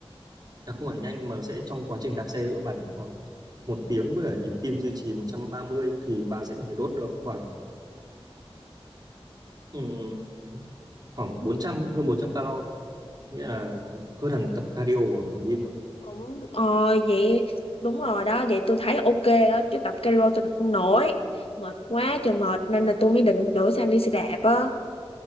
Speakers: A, on the right; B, on the left.
A: à, không hẳn nhanh mà nó sẽ trong quá trình đạp xe giữa bà đạp một tiếng với cả nhịp tim duy trì 130 thì bà sẽ có thể đốt được khoảng ừm, khoảng 400 hơn 400 calo nghĩa là hơn hẳn tập cardio ở phòng gym rồi
B: cũng ờ vậy đúng rồi đó vậy tôi thấy ok đó chứ tập cardio tôi tập không nổi mệt quá trời mệt nên là tôi mới định đổi sang đi xe đạp á